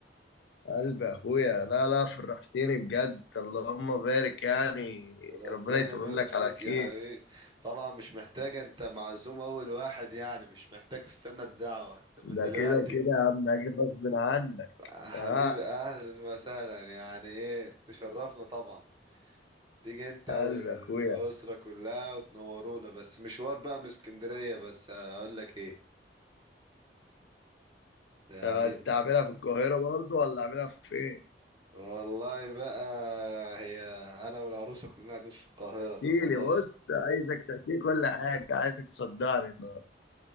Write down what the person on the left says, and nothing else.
قلب اخويا لا لا فرحتني بجد اللهم بارك يعني
ربنا يتمم
لك
على
خير
ده
كده كده يا عم اجي غصب عنك
اه
قلب
اخويا
ده انت عاملها في القاهرة برضه ولا عاملها في ايه؟
احكي
لي بص عايزك تحكي لي كل حاجة عايزك تصدعني النهارده.